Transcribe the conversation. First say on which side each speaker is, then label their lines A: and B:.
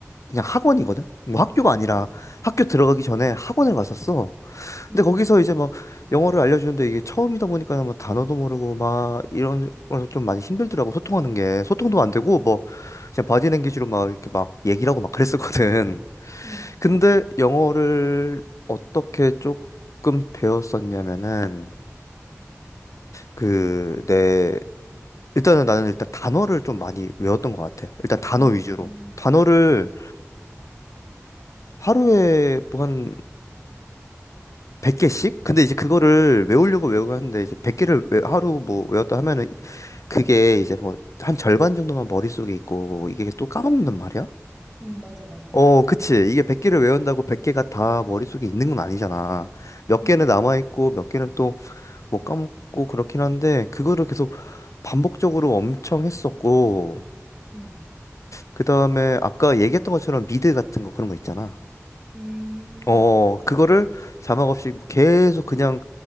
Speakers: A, on the left; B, in the centre.
A: 그냥 학원이거든? 뭐 학교가 아니라
B: 음,
A: 학교 들어가기 전에 학원을 갔었어.
B: 음,
A: 근데 거기서 이제 막 영어를 알려주는데 이게 처음이다 보니까 뭐 단어도 모르고 막 이런 거좀 많이 힘들더라고 소통하는 게 소통도 안 되고 뭐 그냥 바디랭귀지로 막 이렇게 막 얘기를 하고 막 그랬었거든.
B: 음,
A: 근데 영어를 어떻게 조금 배웠었냐면은 그 내 일단은 나는 일단 단어를 좀 많이 외웠던 것 같아. 일단 단어
B: 음,
A: 위주로. 단어를 하루에 뭐 한 100개씩? 근데 이제 그거를 외우려고 외우고 하는데 이제 100개를 하루 뭐 외웠다 하면은 그게 이제 뭐 한 절반 정도만 머릿속에 있고 이게 또 까먹는단 말이야?
B: 음, 맞아, 맞아.
A: 어, 그치. 이게 100개를 외운다고 100개가 다 머릿속에 있는 건 아니잖아. 몇
B: 음,
A: 개는 남아있고 몇 개는 못 까먹고 그렇긴 한데 그거를 계속 반복적으로 엄청 했었고
B: 음,
A: 그다음에 아까 얘기했던 것처럼 미드 같은 거 그런 거 있잖아.
B: 음,
A: 어, 그거를 자막 없이 계속 그냥